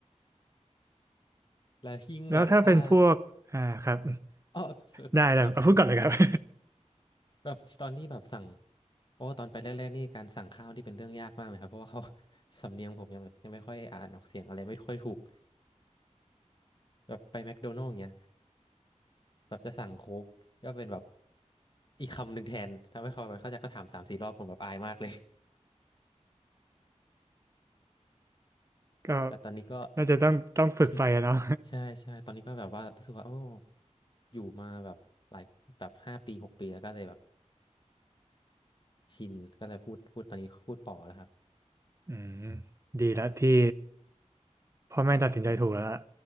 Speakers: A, on the left; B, on the right.
A: แล้วยิ่งแบบถ้า
B: แล้วถ้าเป็นพวกอ่าครับ
A: อ๋อ
B: ได้ได้เอาพูดก่อนเลยครับ
A: ถามถามเลยครับ
B: <laughs>
A: แบบตอนที่แบบสั่งโอ้ตอนไปแรกๆนี่การสั่งข้าวนี่เป็นเรื่องยากมากเลยครับเพราะว่าเขา <laughs> สำเนียงผมยังแบบยังไม่ค่อยอ่านออกเสียงอะไรไม่ค่อยถูกแบบไปแมคโดนัลด์อย่างเงี้ยแบบจะสั่งโค้กก็เป็นแบบอีกคำหนึ่งแทนทำให้เขาไม่เข้าใจเขาถามสามสี่รอบผมแบบอายมากเลย
B: ก็
A: <laughs> แต่ตอนนี้ก็
B: น่าจะต้องต้องฝึกไปอะเนาะ
A: <laughs> ใช่ใช่ตอนนี้ก็แบบว่ารู้สึกว่าโอ้อยู่มาแบบหลายแบบห้าปีหกปีแล้วก็เลยแบบชินก็เลยพูดพูดตอนนี้พูดป่อแล้วครับ
B: <laughs> อืมดีแล้วที่พ่อแม่ตัดสินใจถูกแล้วล่ะ